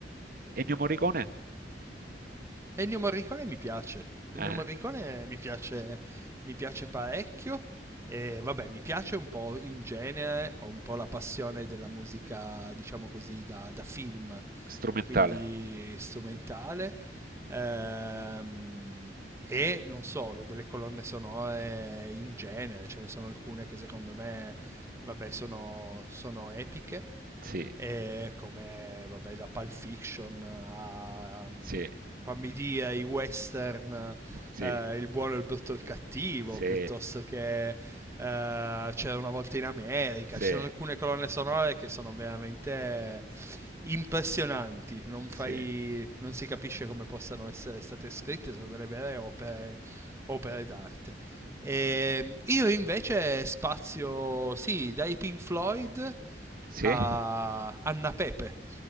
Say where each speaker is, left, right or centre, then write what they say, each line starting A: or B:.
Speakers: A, on the right; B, on the right.
A: Ennio Morricone?
B: Ennio Morricone mi piace. Ennio
A: Eh,
B: Morricone mi piace, mi piace parecchio. E vabbè, mi piace un po' in genere, ho un po' la passione della musica, diciamo così, da, da film,
A: strumentale,
B: quindi strumentale. Ehm, e non solo, delle colonne sonore in genere, ce ne sono alcune che secondo me vabbè, sono, sono epiche.
A: sì,
B: E come vabbè, da Pulp Fiction a um,
A: sì,
B: fammi dire i western,
A: sì,
B: eh, il buono, il brutto e il cattivo,
A: sì,
B: piuttosto che eh, C'era una volta in America.
A: Sì.
B: Ci sono alcune colonne sonore che sono veramente impressionanti, non,
A: Sì.
B: fai, non si capisce come possano essere state scritte, sono delle vere opere, opere d'arte. E io invece spazio, sì, dai Pink Floyd
A: Sì?
B: a Anna Pepe,